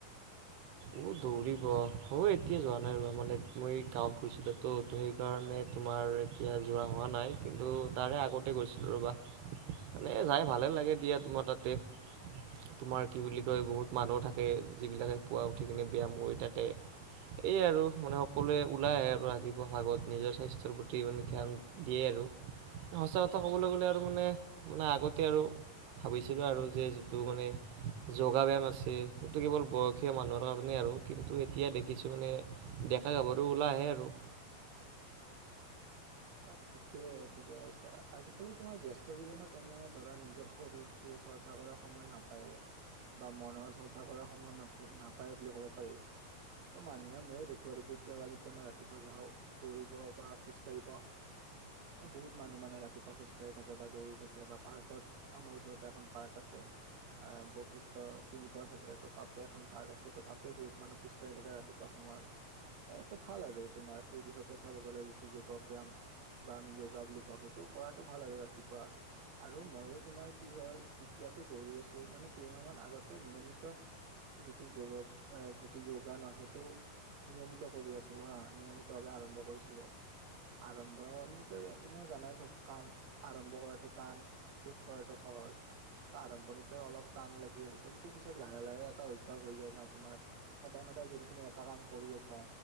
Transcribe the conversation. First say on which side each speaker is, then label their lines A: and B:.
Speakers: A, on the right; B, on the right.
A: অ দৌৰিব অ' এতিয়া যোৱা নাই আৰু মানে মই গাঁৱত গৈছিলো তো ত সেইকাৰণে তোমাৰ এতিয়া যোৱা হোৱা নাই কিন্তু তাৰে আগতে গৈছিলোঁ ৰ'বা মানে যাই ভালে লাগে দিয়া তোমাৰ তাতে তোমাৰ কি বুলি কয় বহুত মানুহ থাকে যিবিলাকে পুৱা উঠি কিনে ব্যায়াম কৰি থাকে। এই আৰু মানে সকলোৱে ওলাই আৰু ৰাতিপুৱা ভাগত নিজৰ স্বাস্থ্যৰ প্ৰতি মানে ধ্যান দিয়ে আৰু সঁচা কথা ক'বলৈ গ'লে আৰু মানে মানে আগতে আৰু ভাবিছিলো আৰু যে তোৰ মানে যোগা ব্যায়াম আছে সেইটো কেৱল বয়সীয়া মানুহৰ কাৰণে আৰু কিন্তু এতিয়া দেখিছো মানে ডেকা গাভৰো ওলাই আহে আৰু
B: <inaudible> অ ঠিকেই ঠিকে কৈছা আজিকালি তোমাৰ ব্যস্ত জীৱনত এনেও ধৰা নিজৰ শৰীৰটো চৰ্চা কৰাৰ সময় নাপায়। বা মনৰ চৰ্চা কৰাৰ সময় নাপায় বুলি কব পাৰি। ত মানুহে ময়ো দেখো আৰু কেতিয়াবা যেতিয়া মই ৰাতিপুৱা যাও দৌৰিব বা খোজ কাঢ়িব। <inaudible> এ বহুত মানুহ মানে ৰাতিপুৱা খোজকাঢ়ি থাকে বা দৌৰি থাকে বা পাৰ্কত আমাৰ ওচৰতে এখন পাৰ্ক আছে। আহ বৈশিষ্ট্য চিনি পোৱা চাগে ততে এখন পাৰ্ক আছে ত' তাতে বহুত মানুহ খোজ কঢ়ি থাকে ৰাতিপুৱা শুই সময়ত এটো ভাল আৰু তোমাৰ সেই দিশৰ পৰা চাব গ'লে যিটো যোগ ব্যায়াম বা আমি ইয়গা বুলি কওঁ সেইটো কৰাটো ভাল আৰু ৰাতিপুৱা আৰু ময়ো তোমাৰ কি হল এতিয়াতো দৌৰি আছো মানে কেইমাহ মান আগতে নিয়মিত যিটো যোগ যিটো যোগা ন সেইটো নিয়মিত কৰি আছিলো হা নিয়মিতভাৱে আৰম্ভ কৰিছিলো আৰম্ভিত এনেও জানাই চব কাম আৰম্ভ কৰাটো টান শেষ কৰাটো সহজ আৰম্ভণিতে অলপ টান লাগিল কিন্তু পিছত লাহে লাহে এটা অভ্যাস হৈ যায় ন তোমাৰ সদায় সদায় যদি তুমি এটা কাম কৰি আছা